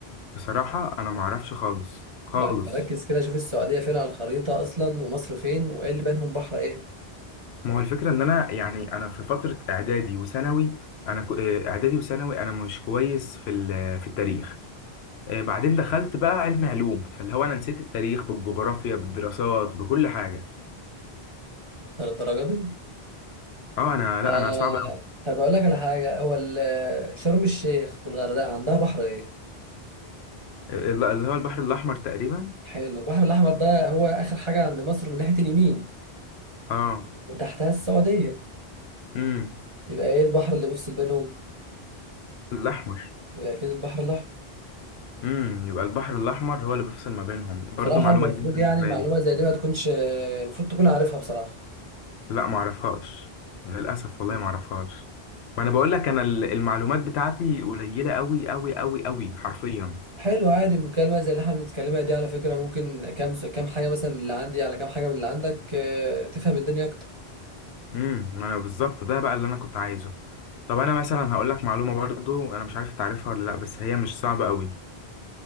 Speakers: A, on the left; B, on the right.
A: بصراحة انا معرفش خالص خالص
B: لا ركز كده شوف السعودية فين على الخريطة اصلا ومصر فين وايه اللي بينهم بحر ايه
A: ما هو الفكرة إن أنا يعني أنا في فترة إعدادي وثانوي أنا كو- آه، إعدادي وثانوي أنا مش كويس في ال- في التاريخ آه، بعدين دخلت بقى علم علوم فاللي هو أنا نسيت التاريخ بالجغرافيا بالدراسات بكل حاجة
B: ده الدرجة دي
A: أه أنا لأ
B: آه
A: أنا صعب أوي
B: طب اقول لك على حاجة هو ال- شرم الشيخ والغردقة عندها بحر ايه
A: آه، الل- اللي هو البحر الأحمر تقريبا
B: حلو البحر الاحمر ده هو اخر حاجة عند مصر من ناحية اليمين
A: أه
B: وتحتها السعودية
A: امم
B: يبقى ايه البحر اللي بيفصل بينهم
A: الأحمر
B: يبقى اكيد البحر الاحمر
A: امم يبقى البحر الأحمر هو اللي بيفصل ما بينهم برضه
B: بصراحه
A: معلومة
B: المفروض
A: جديدة بالنسبة
B: يعني معلومه
A: لي
B: زي دي ما تكونش المفروض تكون عارفها بصراحه
A: لا معرفهاش للأسف والله
B: مم.
A: معرفهاش ما أنا بقول لك أنا ال- المعلومات بتاعتي قليلة أوي أوي أوي أوي حرفيا
B: حلو عادي مكالمه زي اللي احنا بنتكلمها دي على فكره ممكن كام س- كام حاجه مثلا من اللي عندي على كام حاجه من اللي عندك آه، تفهم الدنيا اكتر
A: امم ما أنا بالظبط ده بقى اللي أنا كنت عايزه طب أنا مثلا هقول لك معلومة برضو أنا مش عارف تعرفها ولا لأ بس هي مش صعبة أوي